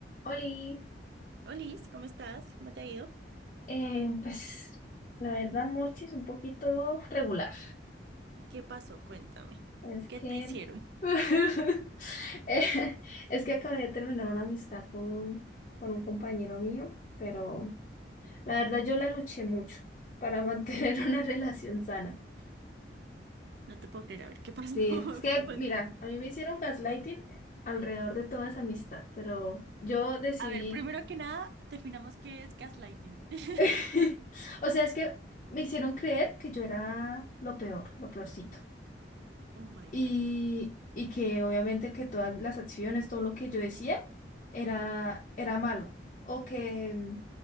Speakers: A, on the left (about 40°); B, on the right (about 60°).
A: Oli,
B: Olis, ¿cómo estás? ¿Cómo te ha ido?
A: eh, pues la verdad Morchi es un poquito regular.
B: ¿Qué pasó? Cuéntame.
A: Es
B: ¿Qué
A: que
B: te hicieron?
A: <laughs> eh, es que acabé de terminar una amistad con, con un compañero mío, pero la verdad yo la luché mucho para mantener <laughs> una relación sana.
B: No te puedo creer. A ver, ¿qué pasó?
A: Sí,
B: <laughs>
A: es que
B: Cuéntame.
A: mira, a mí me hicieron gaslighting eh, alrededor de toda esa amistad, pero yo decidí,
B: A ver, primero que nada, definamos qué es gaslighting. <laughs>
A: <laughs> o sea, es que me hicieron creer que yo era lo peor, lo peorcito.
B: Oh my
A: y,
B: God.
A: y que obviamente que todas las acciones, todo lo que yo decía era, era malo o que, mm,